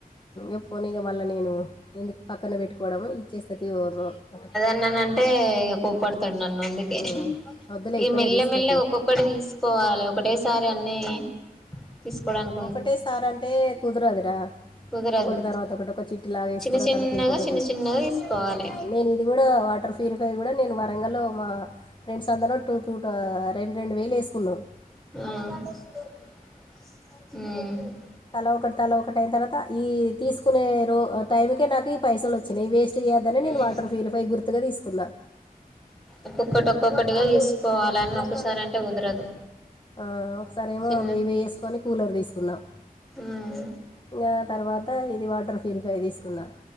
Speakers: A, on the left; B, in the centre.
A: ఎప్పునీగ మళ్ళ నేను ఎందుకు పక్కన పెట్టుకోవడము ఇచ్చేస్తతి ఒ రో అంటే
B: ననం అంటే ఇగ కోపడతాడు నన్ను అందుకే
A: ఉమ్, వద్దులే
B: ఈ
A: ఇప్పుడే
B: మెల్ల
A: తీసుకోకులే
B: మెల్ల ఒక్కొక్కటి తీసు కోవాలి ఒకటేసారి అన్నీ తీసుకోవడాని
A: ఒకటే సార్ అంటే కుదరదురా
B: కుదరదు
A: ఒకటి తర్వాత ఒకటి ఒక చిట్టి లాగా వేసుకున్న
B: చిన్న చిన్నగా
A: తర్వాత ఇంకొకటి
B: చిన్న చిన్నగా తీసుకోవాలి
A: నేను ఇది కూడా వాటర్ఫ ప్యూరిఫై కూడా నేను వరంగల్లో మా ఫ్రెండ్స్ అందరం టూ తూ రెండు రెండు వేలు వేసుకున్నావ్
B: ఊ ఊ
A: తల ఒకటి తల ఒకటి అయిన తర్వాత ఈ తీసుకునే రో టైంకే నాకు ఈ పైసలు వచ్ చినయ్ వేస్ట్ చేయద్దని నేను
B: ఉమ్
A: వాటర్ ప్యూరిఫై గుర్తుగా తీసుకున్న
B: ఒక్కొక్కటి ఒక్కొక్కటిగా తీసుకోవాలి అన్ని ఒక్కసారి అంటే కుదరదు
A: ఆ ఒక్కసారేమో
B: చిన్న
A: వెయ్యి వెయ్యి వేసుకొని కూలర్ తీసుకున్నాం
B: ఉమ్
A: ఇంకా తర్వాత ఇది వాటర్ ప్యూరిఫై తీసుకున్న